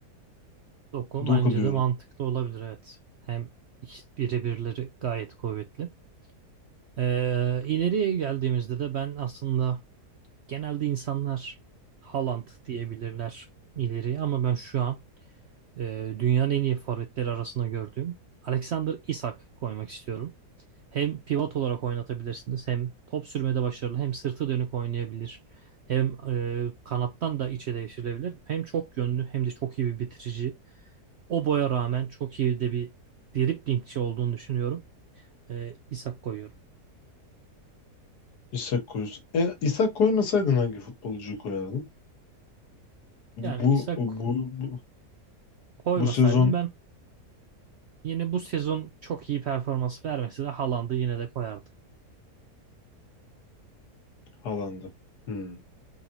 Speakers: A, on the right; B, on the left.
A: Doku
B: Doku
A: bence
B: diyorum.
A: de mantıklı olabilir evet. Hem iki- birebirleri gayet kuvvetli. Ee, ileriye geldiğimizde de ben aslında genelde insanlar Haaland diyebilirler ileriye ama ben şu an e, dünyanın en iyi forvetleri arasında gördüğüm Alexander Isak koymak istiyorum. Hem pivot olarak oynatabilirsiniz hem top sürmede başarılı hem sırtı dönük oynayabilir. Hem e, kanattan da içe devşirilebilir. Hem çok yönlü hem de çok iyi bir bitirici. O boya rağmen çok iyi de bir driblingçi olduğunu düşünüyorum. Ee, İshak koyuyorum.
B: İshak koyuyorsun. E, İshak koymasaydın hangi futbolcuyu koyardın?
A: Yani
B: Bu
A: İshak
B: bu bu,
A: koymasaydım
B: bu sezon
A: ben yine bu sezon çok iyi performans vermese de Haaland'ı yine de koyardım.
B: Haaland'ı. Hmm.